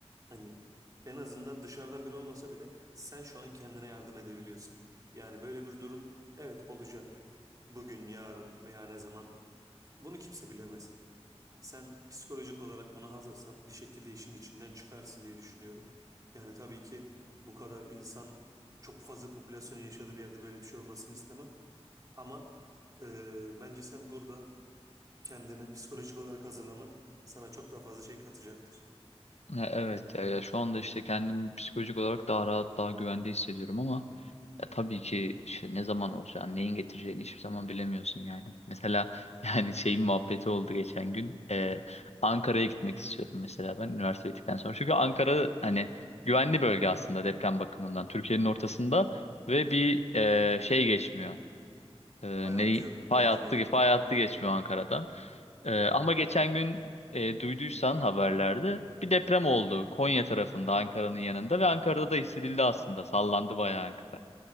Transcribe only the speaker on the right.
hani en azından dışarıdan biri olmasa bile sen şu an kendine yardım edebiliyorsun. Yani böyle bir durum evet olacak. Bugün, yarın veya ne zaman bunu kimse bilemez. Sen psikolojik olarak buna hazırsan bir şekilde işin içinden çıkarsın diye düşünüyorum. Yani tabii ki bu kadar insan çok fazla popülasyonun yaşadığı bir yerde böyle bir şey olmasını istemem. Ama e, bence sen burada kendini psikolojik olarak hazırlaman sana çok daha fazla şey katacaktır.
Hayatta
yok
dediğin
gibi.